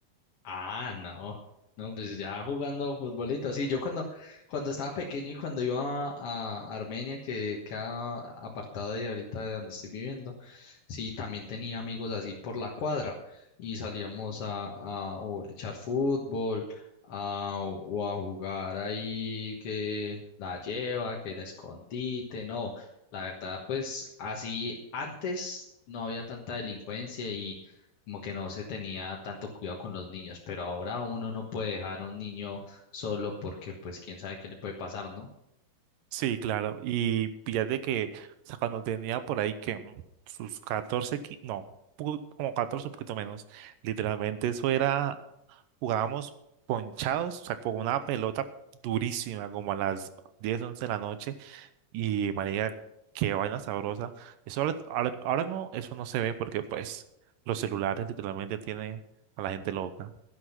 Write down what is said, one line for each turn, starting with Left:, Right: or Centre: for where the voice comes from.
Left: Ah, no. No, pues ya jugando futbolito. Sí, yo cuando, cuando estaba pequeño y cuando iba a Armenia, que queda apartada de ahorita de donde estoy viviendo, sí, también tenía amigos así por la cuadra y salíamos a, a o echar fútbol a, o a jugar ahí que la lleva, que la escondite. No, la verdad, pues así antes no había tanta delincuencia y como que no se tenía tanto cuidado con los niños, pero ahora uno no puede dejar a un niño solo porque pues quién sabe qué le puede pasar, ¿no?
Right: Sí, claro. Y de que, o sea, cuando tenía por ahí que mm, sus 14 qui- no, pu- como 14 un poquito menos. Literalmente eso era, jugábamos ponchados, o sea, con una pelota durísima, como a las 10 11 de la noche, Y marica, qué vaina sabrosa. Eso ahora, ahora- ahora mismo eso no se ve porque pues los celulares literalmente tienen a la gente loca.